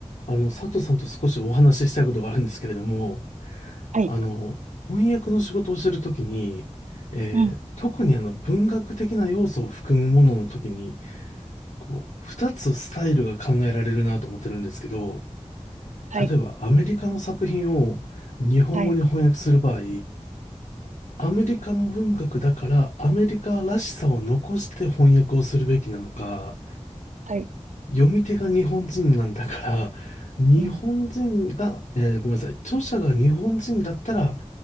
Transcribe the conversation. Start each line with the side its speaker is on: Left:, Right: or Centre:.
Left: あの、佐藤さんと少しお話ししたいことがあるんですけれども、
Right: はい。
Left: あの、翻訳の仕事をしてるときに、えー特にあの文学的な要素を含むもののときに、
Right: うん。
Left: こう、二つスタイルが考えられるなと思ってるんですけど、
Right: はい。
Left: 例えばアメリカの作品を日本語に翻訳する場合、
Right: はい。
Left: アメリカの文学だからアメリカらしさを残して翻訳をするべきなのか、
Right: はい。
Left: 読み手が日本人なんだから、日本人が、
Right: うん。
Left: えーごめんなさい、著者が日本人だったら、